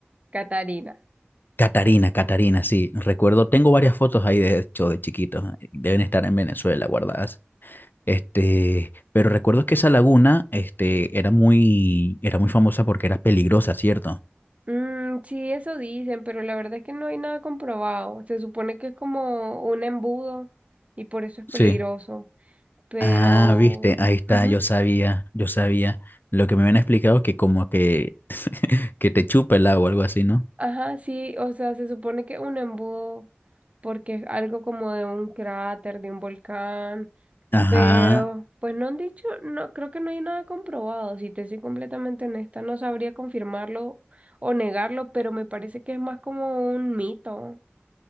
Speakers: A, on the right (about 35°); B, on the left (about 55°).
A: Catarina.
B: Catarina, Catarina, sí, recuerdo, tengo varias fotos ahí de hecho de chiquitos, eh, deben estar en Venezuela guardadas. Este, pero recuerdo que esa laguna, este, era muy, era muy famosa porque era peligrosa, ¿cierto?
A: Mm, sí, eso dicen, pero la verdad es que no hay nada comprobado. Se supone que es como un embudo y por eso es peligroso.
B: Sí.
A: Pero,
B: Ah, viste, ahí está,
A: Ujú.
B: yo sabía, yo sabía. Lo que me habían explicado es que como que, que te chupa el agua, algo así, ¿no?
A: ajá, sí, o sea, se supone que es un embudo porque es algo como de un cráter, de un volcán.
B: Ajá.
A: Pero, pues no han dicho, no, creo que no hay nada comprobado. Si te soy completamente honesta, no sabría confirmarlo o negarlo, pero me parece que es más como un mito.